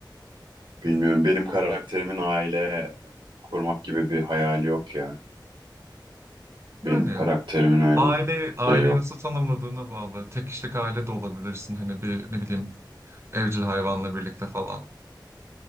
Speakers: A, on the right (about 75°); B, on the right (about 35°).
A: bilmiyorum. Benim karakterimin aile kurmak gibi bir hayali yok ya. Benim
B: Yani
A: karakterimin öyle
B: Aile,
A: bir
B: aileyi
A: şey yok.
B: nasıl tanımladığına bağlı. Tek kişilik aile de olabilirsin. Hani bir ne bileyim evcil hayvanla birlikte falan.